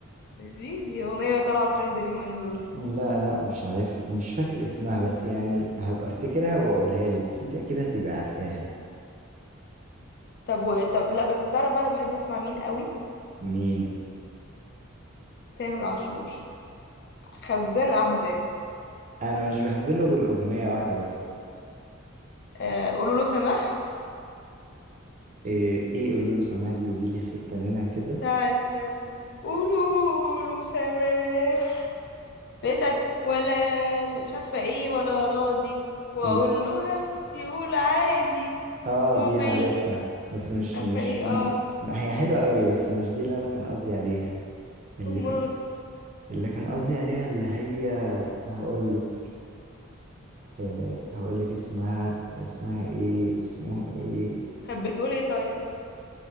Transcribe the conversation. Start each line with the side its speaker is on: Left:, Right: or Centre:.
Left: مش دي دي اغنية طالعة ترند اليومين دول
Right: لا لا مش عارف مش فاكر اسمها بس يعني هبقى افتكرها واقولها لك بس انت اكيد هتبقى عارفاها
Left: طب و... طب لا بس تعرف بقى انا بحب اسمع مين قوي
Right: مين
Left: تامر عاشور خزان احزان
Right: انا مش بحب له غير اغنيه واحده بس
Left: آه... قولوا له سماح
Right: ايه ايه قولوا له سماح دي قولي لي حتة منها كده
Left: بتاعت قولوا له سماح اللي هي بتاعت ولا مش عارفة ايه ولا راضي واقول
Right: لا
Left: له هموت يقول عادي
Right: اه
Left: وبي
Right: دي عارفها بس مش
Left: عارفة
Right: مش
Left: ايه
Right: مم.
Left: اه
Right: هي حلوة قوي بس مش دي اللي انا كان قصدي عليها اللي
Left: امال
Right: كان اللي كان قصدي عليها اللي هي هقول لك آه هقول لك اسمها اسمها ايه اسمها ايه
Left: طب بتقول ايه طيب